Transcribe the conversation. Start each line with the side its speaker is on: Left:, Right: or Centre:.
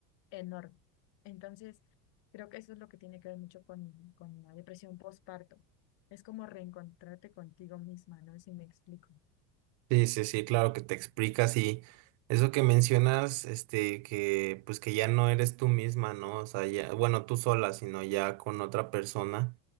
Left: enorme. Entonces, creo que eso es lo que tiene que ver mucho con, con la depresión postparto. Es como reencontrarte contigo misma, no sé si me explico.
Right: Sí, sí, sí, claro que te explicas y eso que mencionas, este, que pues que ya no eres tú misma, ¿no? O sea, ya, bueno, tú sola, sino ya con otra persona.